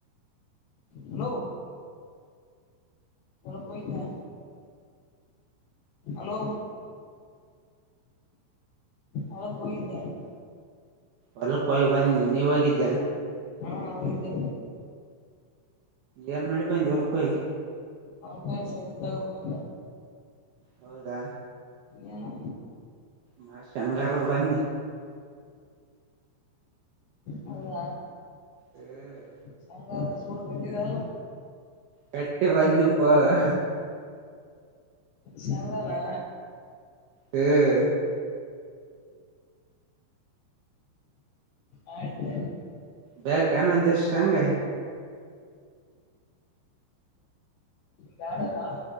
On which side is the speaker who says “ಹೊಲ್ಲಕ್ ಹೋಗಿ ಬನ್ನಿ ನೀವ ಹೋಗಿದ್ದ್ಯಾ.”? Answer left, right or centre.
Right